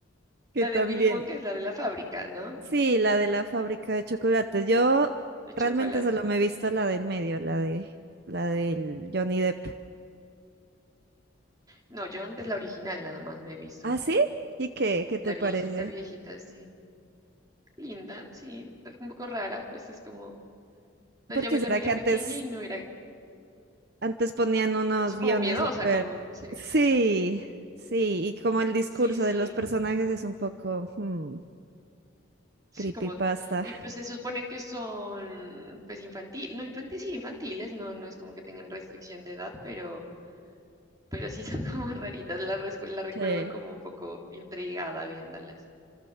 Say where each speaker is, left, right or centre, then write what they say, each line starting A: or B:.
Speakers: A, on the right; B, on the right.
A: Que
B: la
A: también.
B: de Willy Wonka es la de la fábrica, ¿no?
A: Sí, la de la fábrica de chocolates. Yo
B: De
A: realmente
B: chocolate.
A: solo me he visto la de en medio, la de la del Johnny Depp.
B: No, yo antes la original nada más me he visto.
A: ¿Ah, sí? ¿Y qué? ¿Qué te
B: La
A: parece?
B: viejita, viejita, sí. Linda, sí, un poco rara, pues es como... pues
A: Porque
B: Yo me la
A: será
B: miré
A: que
B: pequeña
A: antes,
B: y no era
A: antes ponían unos
B: es
A: guiones
B: como miedosa,
A: súper.
B: como, no sé.
A: Sí, sí, y como el discurso
B: Sí, sí.
A: de los personajes es un poco hmm,
B: Sí,
A: creepypasta.
B: como, y pues se supone que son, pues infantil, no infantiles, sí, infantiles, no, no es como que tengan restricción de edad, pero, pero sí son <laughs> como raritas, la, rescu- la recuerdo
A: Sí.
B: como un poco intrigada viéndolas.